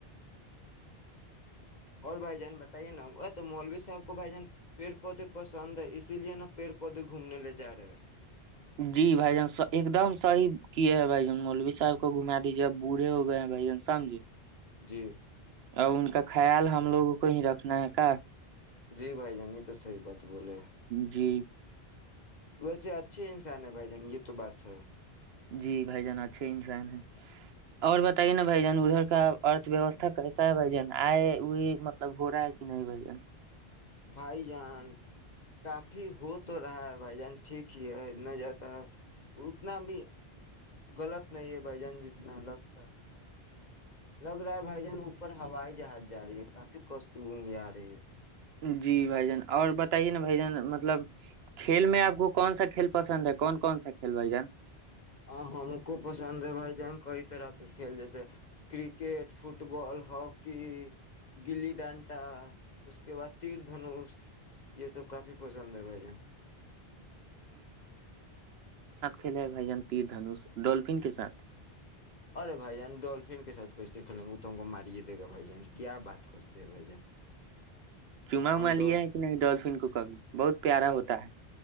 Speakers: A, on the left; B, on the right.
A: اور بھائی جان بتائیے نا تو مولوی صاحب کو بھائی جان پیڑ پودے پسند ہے اسی لیے نا پیڑ پودے گھومنے لے جا رہے
B: جی بھائی جان ایک دم صحیح کیے ہیں بھائی جان مولوی صاحب کو گھما دیجیے اب بوڑے ہو گئے ہیں بھائی جان سمجے
A: جی
B: ا ان کا خیال ہم لوگوں کو ہی رکھنا ہے کا
A: جی بھائی جانی تو صحی بات بولے
B: جی
A: ویسے اچھے انسان ہے بھائی جان یہ تو بات ہے
B: جی بھائی جان اچھے ہی انسان ہیں اور بتائیے نا بھ جان ادھر کا ارتھ ویوستھا کیسا ہے بھ جان آئے ہوئی مطلب ہو رہا ہے کہ نہیں بھائین
A: بھائی جان کافی ہو تو رہا ہے بھائی جان ٹھیک ہی ہے اتنا جیاد ہے اتنا بھی غلط نہیں ہے بھائی جان جتنا لگتا ہے لگ رہا ہے بھائی جان اوپر ہائی جہاز جا رہی ہے کافی کش گونگی آ رہی ہے
B: جی بھائی جان اور بتائیے نا بھ جان مطلب کھیل میں آپ کون سا کھیل پسند ہے کون کون سا کھیل بھائی جان
A: ہ ہاں ہم کو پسند ہے بائی جین کو تو راکھ کھیل جیسے کرکٹ فٹ بال ہاکی گلی ڈانٹا اس کے بعد تیر دھنش یہ سب کافی پسند ہے بھائی ج
B: ھیلے بھائی جان تیر دھنوش ڈولفن کے ساتھ <unintelligible>
A: ارے بھائی جان ڈولفن کے سات کیسے کلیں گے تو ہم کو مارے د گا بھائی جان کیا بات کرتے ہیں بھائی جان
B: چعا وما
A: ہم ڈول
B: لیا ہے کہ نہیں ڈولفن کو کبھی بہت پیارا ہوتا ہے